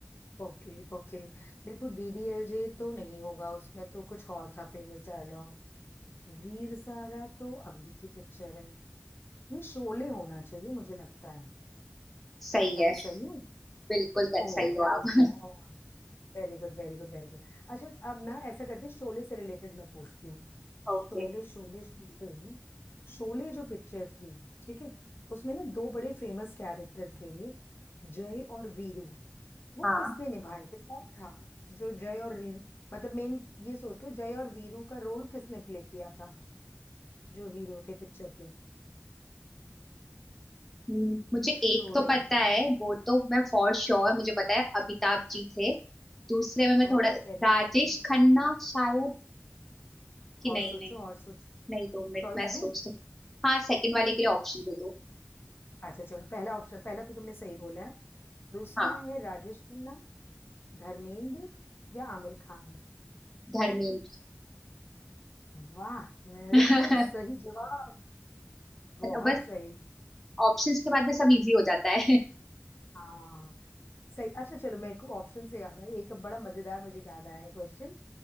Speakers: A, on the left; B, in the centre.
A: Okay okay देखो डीडीएलजे तो नहीं होगा उसमें तो कुछ और था फेमस डायलॉग वीर ज़ारा तो अभी की पिक्चर है ये शोले होना चाहिए मुझे लगता है
B: सही
A: क्या
B: है
A: मैं सही हूँ
B: बिल्कुल कर-
A: Oh
B: सही
A: thank
B: हो आप
A: God Very good very good very good अच्छा अब ना ऐसा करते हैं शोले से रिलेटेड मैं पूछती हूँ शोले
B: ओके
A: शोले शोले शोले जो पिक्चर थी ठीक है उसमें ना दो बड़े फेमस कैरेक्टर थे जय और वीरू वो
B: हाँ
A: किसने निभाए थे कौन था जो जय और वीरू मतलब मेन ये सोच लो जय और वीरू का रोल किसने प्ले किया था जो हीरो थे पिक्चर के
B: हम्म, मुझे एक
A: शोले
B: तो पता
A: में
B: है वो तो मैं फॉर श्योर मुझे पता है अमिताभ जी थे दूसरे में मैं
A: Oh
B: थोड़ा
A: very
B: राजेश
A: good
B: खन्ना शायद कि
A: और
B: नहीं
A: सोचो
B: नहीं
A: और सोचो
B: नहीं दो मिनट
A: चॉइस
B: मैं सोचती
A: दूं
B: हूँ हाँ सेकंड वाले के लिए ऑप्शन दे दो
A: अच्छा चलो पहला ऑप्शन पहला तो तुमने सही बोला है दूसरा
B: हाँ
A: है राजेश खन्ना धर्मेंद्र या आमिर खान
B: धर्मेंद्र
A: वाह वेरी
B: <laughs>
A: गुड सही जवाब बहुत
B: बस
A: सही
B: ऑप्शंस के बाद में सब इजी हो जाता है
A: हाँ सही अच्छा चलो मैं एक ऑप्शन से याद आया एक बड़ा मजेदार मुझे याद आया है क्वेश्चन